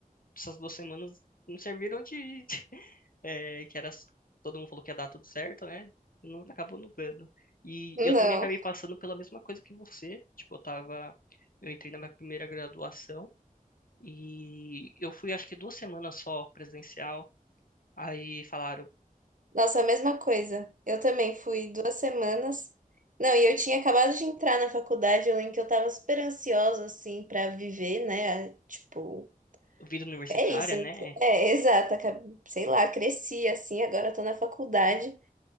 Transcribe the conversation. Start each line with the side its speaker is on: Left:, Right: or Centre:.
Left: essas duas semanas não serviram de, de- <laughs> é, que era, todo mundo falou que ia dar tudo certo, né? Não, acabou não dando. E,
Right: Não.
Left: eu também acabei passando pela mesma coisa que você, tipo, eu tava, eu entrei na minha primeira graduação, e eu fui, acho que duas semanas só presencial. Aí falaram,
Right: Nossa, a mesma coisa. Eu também fui duas semanas. Não, e eu tinha acabado de entrar na faculdade, eu lembro que eu tava super ansiosa, assim, pra viver, né? Tipo,
Left: vida universitária,
Right: É isso,
Left: né?
Right: é exato. aca- Sei lá, cresci assim, agora tô na faculdade